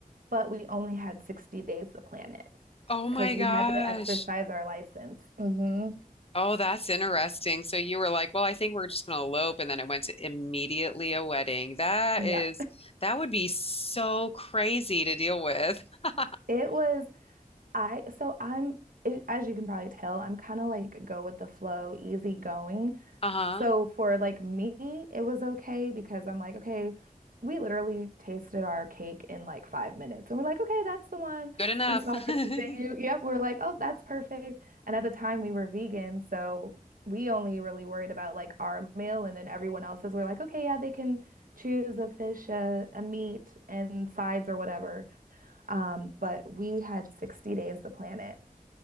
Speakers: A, on the right; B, on the left.
A: but we only had 60 days to plan it
B: Oh my
A: because
B: gosh.
A: we had to exercise our license. hmm
B: Oh, that's interesting. So you were like, well, I think we're just going to elope. And then it went to immediately a wedding. That
A: Yeah.
B: is, that would be so crazy to deal with. <laughs>
A: It was, I, so I'm, it, as you can probably tell, I'm kind of like go with the flow, easy going.
B: Uh-huh.
A: So for like me, it was okay because I'm like, okay, we literally tasted our cake in like five minutes. And we're like, okay, that's the one.
B: Good enough.
A: We saw
B: <laughs>
A: it at the venue. Yep, we are like, oh, that's perfect. And at the time we were vegan, so we only really worried about like our meal and then everyone else's. We're like, okay, yeah, they can choose a fish, a, a meat, and sides or whatever. Um, but we had 60 days to plan it.